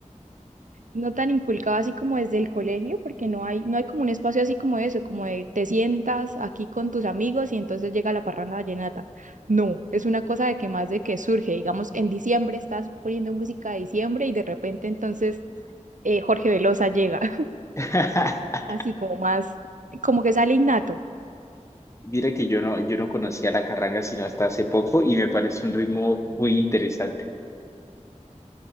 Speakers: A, on the right; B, on the left.
A: no tan inculcado así como desde el colegio, porque no hay, no hay como un espacio así como eso, como de te sientas aquí con tus amigos y entonces llega la parranda vallenata. No, es una cosa de que más de que surge, digamos, en diciembre estás poniendo música de diciembre y de repente entonces eh, Jorge Velosa llega, <laughs>
B: <laughs>
A: así como más, como que sale innato.
B: Mira que yo no, yo no conocía la carranga sino hasta hace poco y me parece un ritmo muy interesante.